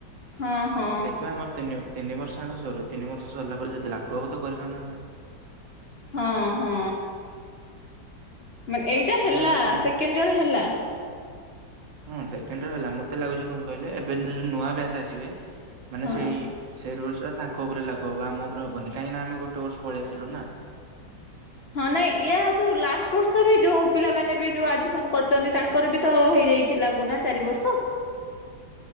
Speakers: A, on the left; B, on the right.
A: ହଁ ହଁ
B: ଦେଖିବା ଆମର ତିନି ତିନି ବର୍ଷ ଆଗ ସରୁ ତିନି ବର୍ଷ ସରିଲା ପରେ ଯଦି ଲାଗୁ ହବ ତ କରିବା ନହଲେ
A: ହଁ ହଁ। ମେ ଏଇଟା
B: ସେମିତି
A: ହେଲା
B: ମାନେ କଣ
A: ସେକେଣ୍ଡ ଇୟର ହେଲା?
B: ହଁ ସେକେଣ୍ଡ ଇୟର୍ ହେଲା ମତେ ଲାଗୁଛି କଣ କହିଲେ, ଏବେ ଯ ଯୋ ନୂଆ ବ୍ୟାଚ୍ ଆସିବେ ମାନେ
A: ହଁ।
B: ସେଇ ସେ ସେ ରୁଲସ୍‌ ତାଙ୍କ ଉପରେ ଲାଗୁ ହବ ଆମ ଉପରେ ହବନି କାହିଁକି ନା ଆମେ ଗୋଟେ ବର୍ଷ ପଳେଇ ଆସିଲୁ ନା।
A: ହଁ ନାଇଁ ୟା ଯୋଉ ଲାଷ୍ଟ ବର୍ଷ ବି ଯୋଉ ପିଲାମାନେ ବି ଯୋଉ ଆଡମିସନ କରିଛନ୍ତି ତାଙ୍କର ବି ତ ହେଇ ହେଇଚି ଲାଗୁ ନା ଚାରି ବର୍ଷ?